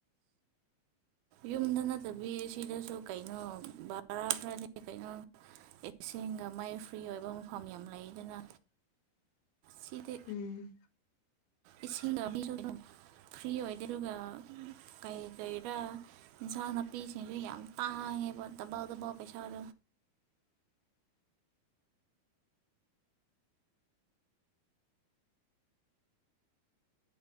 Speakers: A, on the right; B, on the left.
A: ꯌꯨꯝꯗ ꯅꯠꯇꯕꯤ ꯁꯤꯗꯁꯨ ꯀꯩꯅꯣ ꯕꯔꯥ ꯈ꯭ꯔꯗꯤ ꯀꯩꯅꯣ ꯏꯁꯤꯡꯦꯡꯒ ꯃꯩ ꯐ꯭ꯔꯤ ꯑꯣꯏꯕ ꯃꯐꯝ ꯌꯥꯝ ꯂꯩ ꯑꯗꯨꯅ
B: <unintelligible>
A: ꯁꯤꯗ
B: ꯎꯝ
A: ꯏꯁꯁꯤꯡꯗꯕꯤꯔꯣꯗ ꯐ꯭ꯔꯤ ꯑꯣꯏꯗꯦ ꯑꯗꯨꯒ ꯀꯩ ꯀꯩꯔꯥ ꯏꯟꯁꯥꯡ ꯅꯥꯄꯤꯁꯤꯡꯁꯨ ꯌꯥꯝ ꯇꯥꯡ ꯗꯕꯥ ꯗꯕꯥ ꯄꯩꯁꯥꯜ
B: <unintelligible>